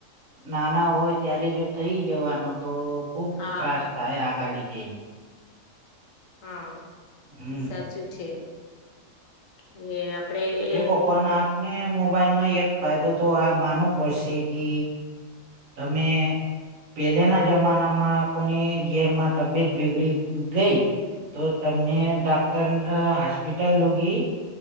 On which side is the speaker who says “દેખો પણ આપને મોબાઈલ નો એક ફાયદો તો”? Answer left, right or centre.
Right